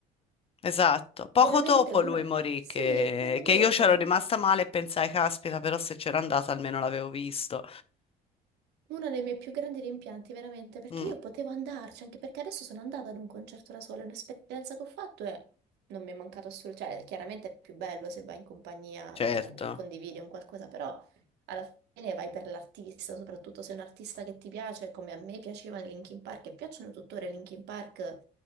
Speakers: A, on the left (about 35°); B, on the right (about 80°).
A: esatto. Poco
B: Veramente
A: dopo
B: uno...
A: lui morì,
B: Sì,
A: che,
B: poco dopo.
A: che io c'ero rimasta male e pensai, caspita, però se c'era andata almeno l'avevo visto.
B: Uno dei miei più grandi rimpianti, veramente, perché
A: Mm,
B: io potevo andarci, anche perché adesso sono andata ad un concerto da sola, è un'esperienza che ho fatto e non mi è mancato assolutamente, cioè chiaramente è più bello se vai in compagnia,
A: certo.
B: cioè condividi un qualcosa, però alla fine vai per l'artista, soprattutto se è un artista che ti piace, come a me piaceva Linkin Park e piacciono tuttora i Linkin Park,